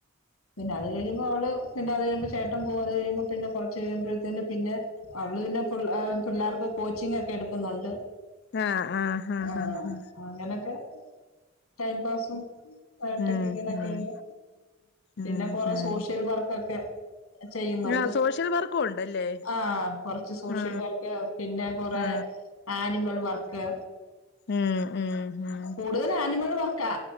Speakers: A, on the left; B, on the left.
A: പിന്നെ അത് കഴുമ്പോൾ അവള് പിന്നെ അത് കഴുമ്പോ ചേട്ടൻ പോകും അത് കഴിയുമ്പോ പിന്നെ കുറച്ച് കഴിയുമ്പഴത്തേന് പിന്നെ അവള് പിന്നെ പുൾ പിള്ളേർക്ക് കോച്ചിങ് ഒക്കെ എടുക്കുന്നുണ്ട്
B: ആഹ് ആഹ് ഹാ
A: ആ
B: ഹാ ഹാ
A: അങ്ങനൊക്കെ ടൈം പാസും ആയിട്ടൊക്കെ
B: ഉം
A: ഇങ്ങനെ
B: ഉം
A: കഴിയുന്നു പിന്നെ
B: ഉം
A: കൊറേ
B: ഉം
A: സോഷ്യൽ വർക്കൊക്കെ ചെയ്യുന്നുണ്ട്
B: ആ സോഷ്യൽ വർക്കും ഉണ്ടല്ലേ
A: ആ കൊറച്ച് സോഷ്യൽ
B: ആ
A: വർക്ക് പിന്നെ കൊറേ
B: ആ
A: ആനിമൽ വർക്ക്
B: ഉം ഉം ഉം
A: കൂടുതൽ ആനിമൽ വർക്കാ